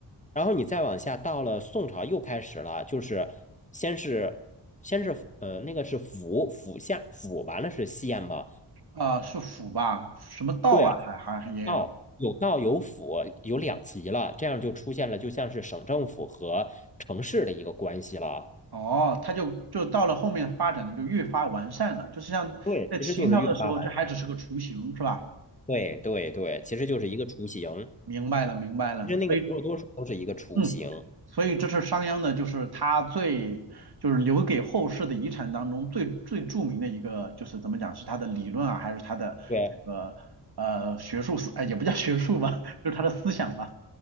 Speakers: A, on the left (about 15°); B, on the right (about 60°).
A: 然后你再往下到了宋朝又开始了，就是先是先是呃那个是府府下府完了是县嘛，
B: 啊、是府吧？什么道啊，
A: 对，
B: 还还还也有。
A: 道有道有府有两级了，这样就出现了就像是省政府和城市的一个关系了，
B: 哦，它就就到了后面发展的就越发完善了，就是像在秦朝的时候，
A: 对，其实就是越发完善，
B: 这还只是个雏形，是吧？
A: 对对对，其实就是一个雏形。
B: 明白了，明白了。
A: 其实那个时候多数都是一个雏形，
B: 所以，嗯，所以这是商鞅的，就是他最就是留给后世的遗产当中最最著名的一个，就是怎么讲，是他的理论啊，还是他的这个呃学术思，
A: 对，
B: 哎，也不叫学术吧，<laughs> 就是他的思想吧。